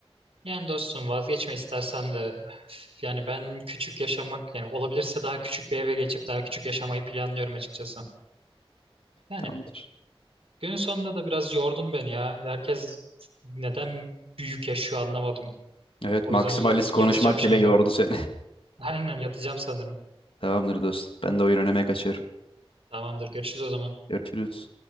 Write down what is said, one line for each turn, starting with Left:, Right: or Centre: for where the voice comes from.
Right: Yani dostum vazgeçme istersen de üf, yani ben küçük yaşamak yani olabilirse daha küçük bir eve geçip daha küçük yaşamayı planlıyorum açıkçası. Yani
Left: Tamamdır.
Right: günün sonunda da biraz yordun beni ya. Herkes neden büyük yaşıyor anlamadım.
Left: Evet
Right: O
Left: maksimalist
Right: yüzden uza-
Left: konuşmak
Right: yatacağım şimdi.
Left: bile yordu seni.
Right: Aynen yatacağım sanırım.
Left: <laughs> Tamamdır dostum. Ben de oyun oynamaya kaçıyorum.
Right: Tamamdır görüşürüz o zaman.
Left: Görüşürüz.